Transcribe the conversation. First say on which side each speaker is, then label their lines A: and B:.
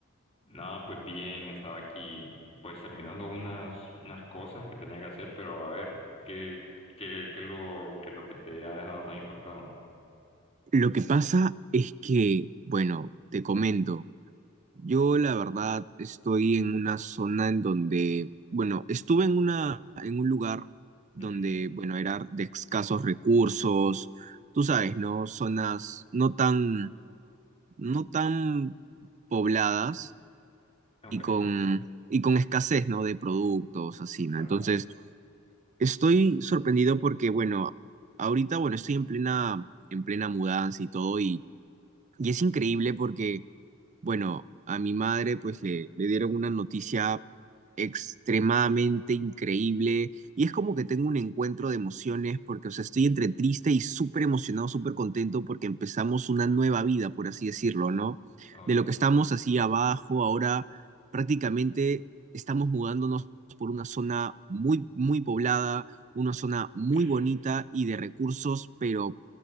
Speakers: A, on the left; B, on the right.
A: Nada, pues bien, estaba aquí pues terminando unas, unas cosas que tenía que hacer, pero a ver, ¿qué, qué, qué es lo, qué es lo que te ha dejado tan impactado?
B: Lo que pasa es que, bueno, te comento. Yo la verdad estoy en una zona en donde, bueno, estuve en una, en un lugar donde,
A: Ujú,
B: bueno, era de escasos recursos, tú sabes, ¿no? Zonas no tan, no tan pobladas
A: Ok,
B: y con, y con escasez, ¿no? De productos, así,
A: claro.
B: ¿no? Entonces, estoy sorprendido porque, bueno, ahorita, bueno, estoy en plena, en plena mudanza y todo y y es increíble porque, bueno, a mi madre pues le, le dieron una noticia extremadamente increíble y es como que tengo un encuentro de emociones porque, o sea, estoy entre triste y súper emocionado, súper contento porque empezamos una nueva vida, por así decirlo, ¿no?
A: Ok,
B: De lo que estamos así abajo, ahora prácticamente estamos mudándonos por una zona muy, muy poblada, una zona
A: ok,
B: muy bonita y de recursos, pero